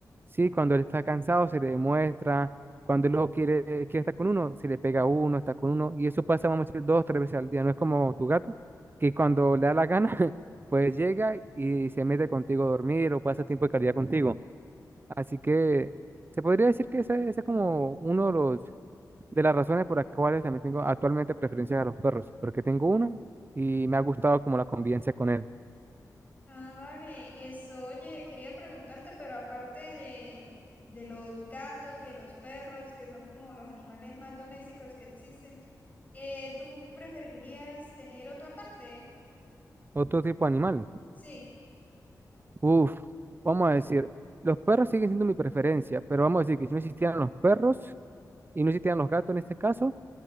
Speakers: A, on the right; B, on the left.
A: ¿sí? Cuando él está cansado se le demuestra, cuando él lo quiere, quiere estar con uno, se le pega a uno, está con uno, y eso pasa, vamos a decir, dos, tres veces al día, no es como tu gato, que cuando le da la gana, <laughs> pues llega y se mete contigo a dormir o pasa tiempo de calidad contigo. Así que se podría decir que ese, ese es como uno de los de las razones por las cuales también tengo actualmente preferencia a los perros, porque tengo uno y me ha gustado como la convivencia con él.
B: Ah, vale, eso, oye, quería preguntarte, pero aparte de, de los gatos y de los perros, que son como los animales más domésticos que existen, eh, ¿tú preferirías tener otro aparte?
A: Otro tipo de animal.
B: Sí,
A: Uf, vamos a decir, los perros siguen siendo mi preferencia, pero vamos a decir que si no existieran los perros y no existieran los gatos en este caso,